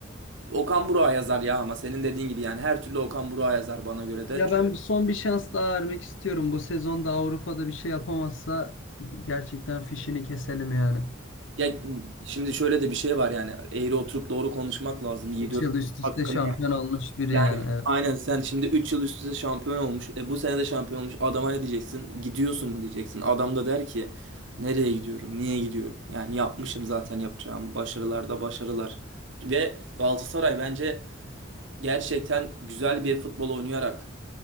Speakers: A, on the right; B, on the left.
A: Okan Burak'a yazar ya ama senin dediğin gibi yani her türlü Okan Burak'a yazar bana göre de.
B: Ya
A: Çünkü-
B: ben son bir şans daha vermek istiyorum. Bu sezonda Avrupa'da bir şey yapamazsa gerçekten fişini keselim yani.
A: Ya şimdi şöyle de bir şey var yani eğri oturup doğru konuşmak lazım Yiğit
B: 3
A: Öztürk
B: yıl üst üste
A: hakkında.
B: şampiyon olmuş biri
A: Yani
B: yani.
A: aynen sen şimdi 3 yıl üst üste şampiyon olmuş. E, bu sene de şampiyon olmuş. Adama ne diyeceksin? Gidiyorsun mu diyeceksin. Adam da der ki nereye gidiyorum? Niye gidiyorum? Yani yapmışım zaten yapacağım. Başarılarda başarılar. Ve Galatasaray bence gerçekten güzel bir futbol oynayarak